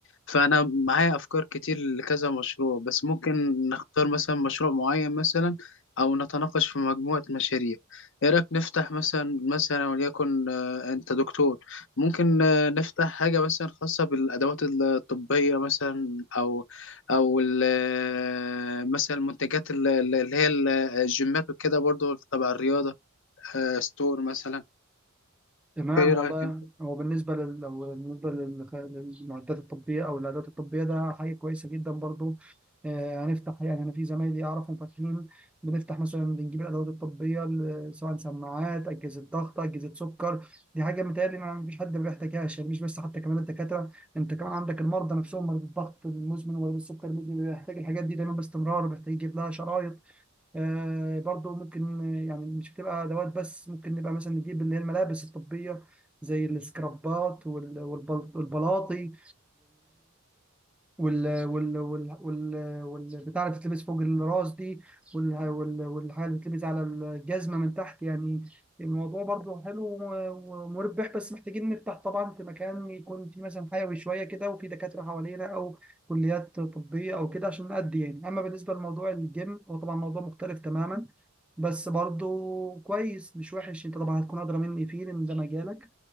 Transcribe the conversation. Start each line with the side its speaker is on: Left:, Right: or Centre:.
Left: فأنا معايا أفكار كتير لكذا مشروع بس ممكن نختار مثلا مشروع معين مثلا أو نتناقش في مجموعة مشاريع إيه رأيك نفتح مثلا مثلا وليكن آه، أنت دكتور ممكن آه، نفتح حاجة مثلا خاصة بالأدوات الطبية مثلا أو او ال- آه، مثلا المنتجات ال- ال- اللي هي ال- الجيمات وكده برضو تبع الرياضه آه، ستور مثلا
Centre: تمام
Left: ايه رايك
Centre: والله
Left: انت
Centre: هو بالنسبة لل... لو بالنسبة لل- للمعدات الطبية أو الأدوات الطبية ده حاجة كويسة جدا برضو آه، هنفتح يعني أنا في زمايلي أعرفهم فاتحين بنفتح مثلا بنجيب الأدوات الطبية ل- سواء سماعات أجهزة ضغط أجهزة سكر دي حاجة متهيألي ما فيش حد ما بيحتاجهاش يعني مش بس حتى كمان الدكاترة أنت كمان عندك المرضى نفسهم مريض الضغط المزمن ومريض السكر المزمن بيحتاج الحاجات دي دايما باستمرار بيحتاج يجيب لها شرايط آه، برضو ممكن آه، يعني مش بتبقى ادوات بس ممكن نبقى مثلا نجيب اللي هي الملابس الطبيه زي السكرابات وال- والبل- والبلاطي وال وال وال وال والبتاع اللي بتتلبس فوق الراس دي وال وال والحاجه اللي بتتلبس على الجزمه من تحت يعني الموضوع برضو حلو و- ومربح بس محتاجين نفتح طبعا في مكان يكون فيه مثلا حيوي شويه كده وفي دكاتره حوالينا او كليات طبيه او كده عشان نأدي يعني اما بالنسبه لموضوع الجيم هو طبعا موضوع مختلف تماما بس برضو كويس مش وحش انت طبعا هتكون ادرى مني فيه لان ده مجالك